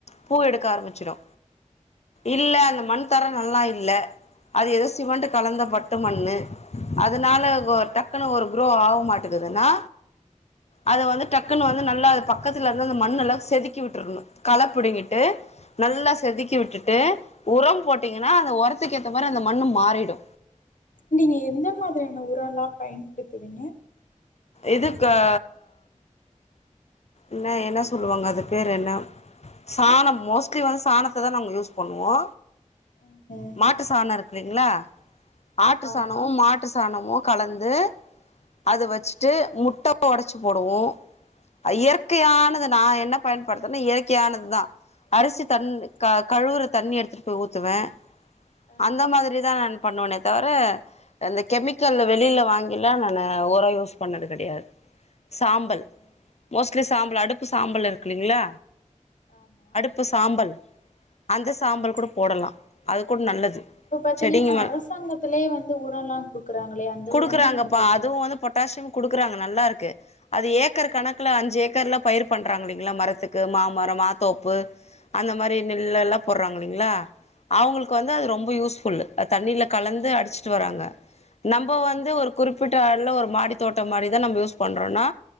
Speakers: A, on the left; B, on the left.
A: பூ எடுக்க ஆரம்பிச்சிடு இல்ல அந்த மண் தரோ நல்லா இல்ல அது ஏதோ சிமெண்டு கலந்த பட்டு மண்ணு அதனால டக்குனு ஒரு குரோ ஆக மாட்டகுதுனா அது வந்து டக்கு டக்குன்னு வந்து நல்லா அது பக்கதுல இந்த அந்த மண்னெலா செதுக்கி விட்ரணு கள பிடிங்கிட்டு நல்லா செதுக்கி விட்டுட்டு உரம் போட்டீங்கனா அந்த ஒரத்துக்கு ஏத்த மாரி அந்த மண்ணு மாறிடு
B: நீங்க எந்த மாதிரியான உரலா பயன்படுத்துவீங்க
A: இதுக் அ என்ன என்ன சொல்லுவாங்க அது பேர் என்ன சாணோ மோஸ்ட்லி வந்து சாணத்த தா நாங்க யூஸ் பண்ணுவோ
B: ம்ஹும்
A: மாட்டு சாணோ இருக்லீங்ளா ஆட்டு
B: ஆமா
A: சாணமு மாட்டு சாணமு கலந்து அது
B: ம்
A: வச்ட்டு முட்ட ஒடச்சு போடுவோ
B: ம்
A: இயற்கையானது நா என்ன பயன்படுத்துறனா இயற்கையானதுதா அரிசி தண்
B: ம்
A: க கழுவுற தண்ணி எடுத்துட்டு போய் ஊத்துவே
B: ஆ
A: அந்த மாதி ரிதா நான் பண்ணுவனே தவிர அந்த கெமிக்கல் வெளில வாங்கிலா நானு ஒரோ யூஸ் பண்ணது கெடையா சாம்பல்
B: ம்ஹும்
A: மோஸ்ட்லி சாம்பல் அடுப்பு சாம்பல் இருக்ல்லீங்ளா
B: ஆமா
A: இப்போ சாம்பல் அந்த சாம்பல்
B: ம்
A: கூட போடலா அது கூட் நல்லது
B: இப்போ பாத்தீங்கன்னா
A: செடிங்க மேல
B: அரசாங்கத்திலயே வந்து உரோலா குடுக்கறாங்ளே அந்த
A: குடுக்குறாங்கப்பா
B: உரமு நீங்க போட
A: அதுவு
B: மாட்டி
A: வந்து பொட்டாசியம் குடுக்குறாங்க நல்லா இருக்கு அது ஏக்கர் கணக் ஏக்கர்ல பயிர் பண்றாங்க இல்லைங்ளா மரத்துக்கு மாமரோ மாத்தோப்பு அந்த மாரி நெல்லெல்லா
B: ஆமா
A: போட்றாங் இல்லைங்ளா அவுங்களுக்கு
B: ம்ஹும்
A: வந்து அது ரொம்ப யூஸ்ஃபுல்லு அ தண்ணில கலந்து அடிச்சிட்டு வராங்க நம்ம வந்து
B: ம்
A: ஒரு குறிப்பிட்ட அள ஒரு மாடி தோட்டோ மாரி தா நம்ம யூஸ் பண்றோனா